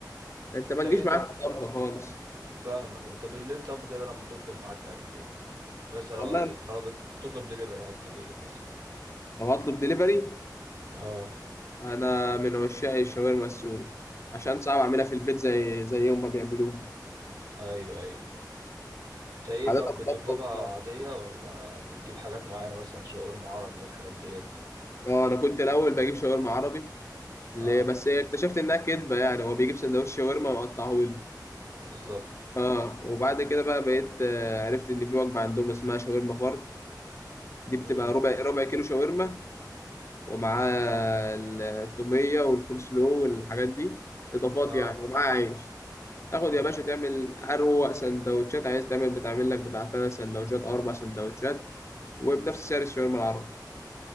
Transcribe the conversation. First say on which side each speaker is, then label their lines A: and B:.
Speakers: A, on the left (about 40°); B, on the right (about 55°).
A: انت
B: انت
A: ما تجيش
B: ايه
A: معايا
B: طب
A: في الطبخ خالص
B: فاهمك انت بالليل طب كده لما بتطلب معاك اكل يعني مثلا
A: والله
B: لو طلبت تطلب دليفري هتجيب ايه مثلا
A: لو هطلب دليفري
B: اه
A: انا من عشاق الشاورما السوري عشان صعب اعملها في البيت زي زي يوم ما بيعملوها
B: ايوه ايوه انت ايه
A: عادة
B: طب بتطلبها
A: بطلب
B: عاديه ولا بتجيب حاجات معينه مثلا شاورما عربي والحاجات ديت
A: اه انا كنت الاول بجيب شاورما عربي ليه
B: اه
A: بس اكتشفت انها كدبه يعني هو بيجيب سندوتش شاورما مقطعهولي
B: بالظبط
A: اه وبعد كده بقى بقيت آه، عرفت ان في وجبه عندهم اسمها شاورما فرد دي بتبقى
B: امم
A: ربع ربع كيلو شاورما ومعاه التوميه والكول سلو والحاجات دي اضافات
B: اه
A: يعني ومعاه عيش تاخد
B: امم
A: يا باشا تعمل اروق سندوتشات عايز تعمل بتعمل لك بتاع ثلاث سندوتشات او اربع سندوتشات وبنفس سعر الشاورما العربي